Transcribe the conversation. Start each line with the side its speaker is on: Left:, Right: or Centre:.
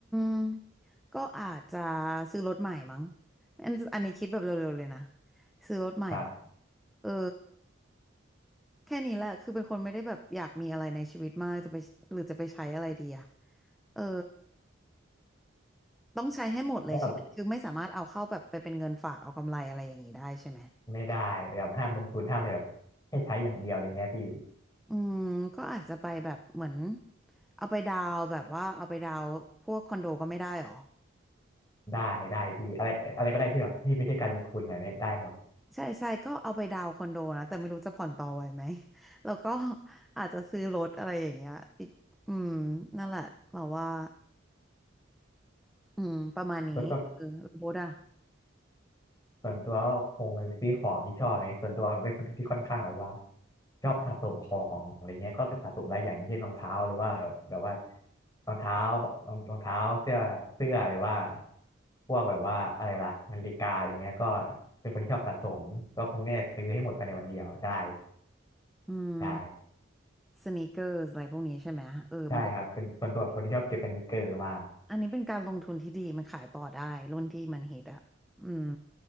Centre: มก็อาจจะซื้อรถใหม่มั้งอันอันนี้คิดแบบเร็วๆเลยนะซื้อรถใหม่มั้ง
Left: ครับ
Centre: เออแค่นี้แหละคือเป็นคนไม่ได้แบบอยากมีอะไรในชีวิตมากจะไปหรือจะไปใช้อะไรดีอะเออ ต้องใช้ให้หมดเลยใช่ไหมคือไม่สามารถเอาเข้าแบบไปเป็นเงินฝากเอากำไรอะไรอย่างนี้ได้ใช่ไหม
Left: แล้วแบบไม่ได้แบบห้ามลงทุนห้ามเลยแบบให้ใช้อย่างเดียวอะไรเงี้ยพี่
Centre: อืมก็อาจจะไปแบบเหมือนเอาไปดาวน์แบบว่าเอาไปดาวน์พวกคอนโดก็ไม่ได้หรอ
Left: ได้ได้พี่อะไรอะไรก็ได้ที่แบบที่ไม่ใช่การลงทุนอะไรเนี้ยได้หมด
Centre: ใช่ใช่ก็เอาไปดาวน์คอนโดนะแต่ไม่รู้จะผ่อนต่อไหวไหม <laughs> แล้วก็อาจจะซื้อรถอะไรอย่างเงี้ยอีกอืมนั่นแหละเราว่าอืมประมาณนี้เออรถอะ
Left: ก็ต้อง ส่วนตัวก็คงไปซื้อของที่ชอบอะไรเงี้ยส่วนตัวเป็นคนที่ค่อนข้างแบบว่าชอบสะสมของอะไรเงี้ยก็สะสมหลายอย่างอย่างเช่นรองเท้าหรือว่าแบบว่ารองเท้ารองรองเท้าเสื้อเสื้อหรือว่าพวกแบบว่าอะไรล่ะนาฬิกาอะไรเงี้ยก็เป็นคนที่ชอบสะสมก็คงเนี่ยซื้อให้หมดภายในวันเดียวได้
Centre: อืม
Left: ใช่
Centre: สนีกเกอร์อะไรพวกนี้ใช่ไหมเออมันก็
Left: ใช่ครับเป็นส่วนตัวเป็นคนที่ชอบเก็บสนิกเกอร์มาก
Centre: อันนี้เป็นการลงทุนที่ดีมันขายต่อได้รุ่นที่มันฮิตอะอืม